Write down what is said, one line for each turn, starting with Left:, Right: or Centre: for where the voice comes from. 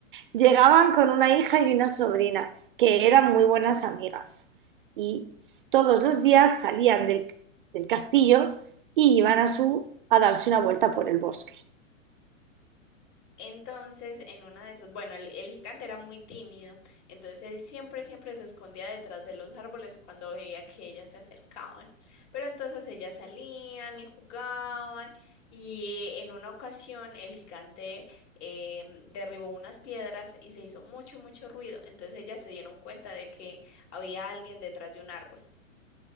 Right: llegaban con una hija y una sobrina, que eran muy buenas amigas. Y s- todos los días salían del, del castillo y iban a, su, a darse una vuelta por el bosque,
Left: Entonces, en una de esas, bueno, el, el gigante era muy tímido, entonces él siempre, siempre se escondía detrás de los árboles cuando veía que ellas se acercaban. Pero entonces ellas salían y jugaban y en una ocasión el gigante em, derribó unas piedras y se hizo mucho, mucho ruido. Entonces ellas se dieron cuenta de que había alguien detrás de un árbol.